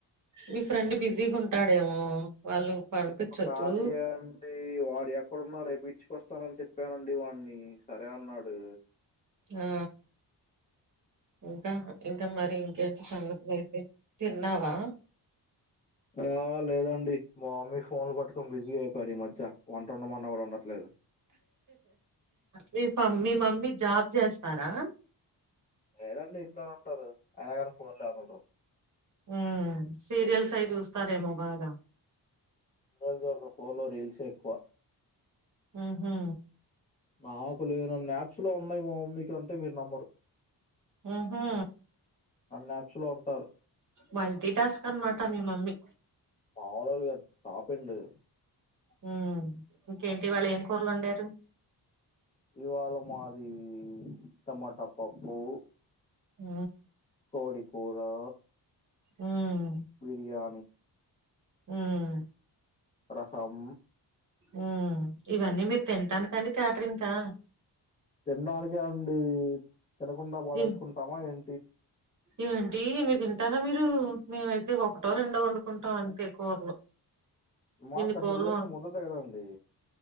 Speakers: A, on the right; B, on the left.
A: మీ ఫ్రెండ్ బిజీగా ఉంటాడేమో వాళ్ళు పంపించొద్దు
B: రేపు కాదు అండి వాడు ఎక్కడున్నా రేపు ఇడ్చుకొ వస్తానని చెప్పానండి వాణ్ని సరే అన్నాడు
A: ఆ ఇంకా ఇంకా మరి ఇంకెంటి సంగతులయితే తిన్నావా
B: ఆ! లేదండి. మా మమ్మీ ఫోన్లు పట్టుకొని బిజీ అయిపోయారు ఈ మధ్య వంటండ మన్న ఎవరు అండట్లేదు
A: మీ పమ్ మీ మమ్మీ జాబ్ చేస్తారా
B: లేదండి ఇంట్లోనే ఉంటారు అయినా కానీ ఫోన్లగావ్
A: ఉం సీరియల్స్ అయి చూస్తారేమో బాగా
B: <unintelligible> చోడరు ఫోన్లో రీల్సే ఎక్కువ
A: ఆహా
B: నాకు లేనన్ని యాప్స్ లో ఉన్నాయి మ మ మ్మి కి అంటే మీరు నమ్మరు
A: ఆహా
B: అన్ని యాప్స్ లో ఉంటారు
A: మల్టీ టాస్క్ అనమాట మీ మమ్మీ
B: మావలుగా టాపండి
A: ఉం ఇంకేంటి ఇవాళ ఏం కూరలు వండారు
B: ఇవాళ మాది టమాటా పప్పు
A: ఆ
B: కోడికూరా
A: ఉమ్
B: బిరియా
A: ఉమ్
B: రసం
A: ఉం ఇవన్నీ మీరు తింటానకండి క్యాటరింగ్కా
B: తినడానికే అండి తినకుండా బాడేసుకుంటామా
A: ఏ
B: ఏం
A: ఏంటి ఇన్ని తింటారా మీరు మేమైతే ఒకటో రెండో వండుకుంటాం అంతే కూరలు
B: మాకు
A: ఇన్ని
B: అన్ని
A: కోరలు
B: లేనిదే ముద్ద దిగదండి